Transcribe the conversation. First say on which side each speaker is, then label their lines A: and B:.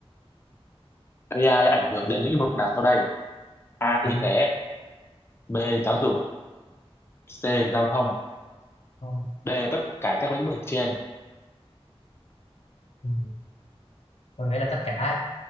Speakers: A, on the left (about 25°); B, on the left (about 85°).
A: AI ảnh hưởng đến lĩnh vực nào sau đây? A.
B: Ảnh
A: Y tế
B: hưởng
A: B. Giáo dục C. Giao thông
B: không?
A: D. Tất cả các lĩnh vực trên.
B: Ừ. Tôi nghĩ là tất cả